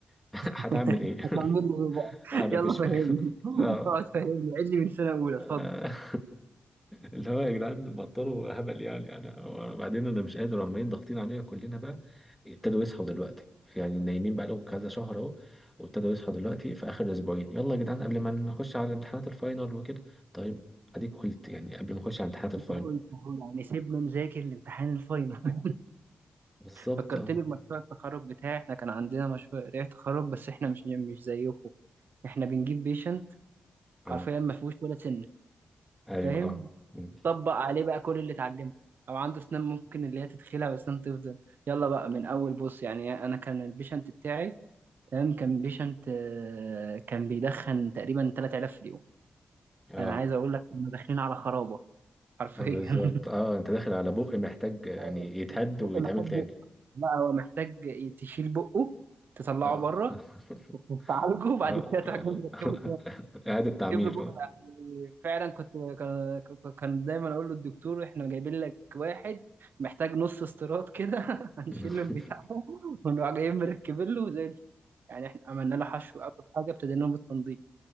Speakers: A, in the centre; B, on the right (about 65°).
A: <laughs> هتعمل
B: <laughs>
A: ايه <laughs>
B: هتعمل لي ايه بقى
A: انا
B: يلا
A: مش
B: فهمني
A: فاهم
B: <laughs>
A: <laughs>
B: اقعد فهمني عيد لي من سنه اولى اتفضل
A: آه. <laughs> اللي هو يا جدعان بطلوا هبل يعني انا وبعدين انا مش قادر عمالين ضاغطين علينا كلنا بقى ابتدوا يصحوا دلوقتي يعني نايمين بقى لهم كذا شهر اهو وابتدوا يصحوا دلوقتي في اخر اسبوعين يلا يا جدعان قبل ما نخش على امتحانات الفاينل وكده طيب اديك قلت يعني قبل ما نخش على امتحانات الفاينل
B: انت قلت أهو يعني سيبنا نذاكر لامتحان الفاينل <laughs>
A: بالظبط
B: فكرتني
A: اه
B: بمشروع التخرج بتاعي احنا كان عندنا مشروع قرايه تخرج بس احنا مش مش زيكم احنا بنجيب بيشنت
A: اه
B: حرفيا ما فيهوش ولا سن
A: ايوه
B: فاهم
A: اه م.
B: طبق عليه بقى كل اللي اتعلمته او عنده اسنان ممكن اللي هي تتخلع واسنان تفضل يلا بقى من اول بص يعني انا كان البيشنت بتاعي تمام كان بيشنت آه، كان بيدخن تقريبا 3000 في اليوم
A: اه
B: انا عايز اقول لك كنا داخلين على خرابه حرفيا
A: آه، بالظبط
B: <laughs>
A: اه انت داخل على بق محتاج يعني
B: آه،
A: يتهد
B: بق
A: ويتعمل
B: محتاج
A: تاني
B: لا هو محتاج تشيل بقه تطلعه
A: اه
B: بره
A: <laughs>
B: تعالجه
A: آه،
B: وبعد كده تحكم
A: آه.
B: تركبه
A: <laughs> إعادة تعمير
B: جيب له بق
A: اه
B: يعني فعلا كنت كان كان دايما اقول له الدكتور احنا جايبين لك واحد محتاج نص استيراد كده <laughs> هنشيل
A: <laughs>
B: له البتاع ده ونروح جايين مركبين له زي الفل. يعني احنا عملنا له حشو اول حاجه ابتدينا بالتنظيف